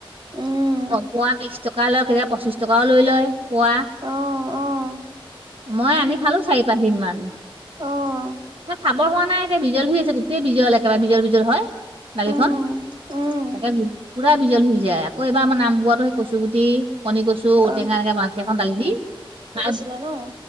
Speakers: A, on the right; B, on the right.
A: উম।
B: অ' পোৱা বিশ টকা লয়, কেতিয়া পঁচিশ টকাও লৈ লয় পোৱা।
A: অ', অ',
B: মই আনি খালো চাৰি পাঁচ দিন মান।
A: অ',
B: খাব হোৱা নাই, এতিয়া বিজল হৈ আছে, গোটেই বিজল একেবাৰে বিজল বিজল হয়। দালিখন,
A: উম, উম,
B: এটা পুৰা বিজল হৈ যায়, আকৌ এবাৰ আমাৰ নাম বোৱা সেই কচু গুটি, কনি কচু ঔটেঙা
A: অ',
B: এনেকা মা সেইখন দালিত দি, তাত
A: জানো।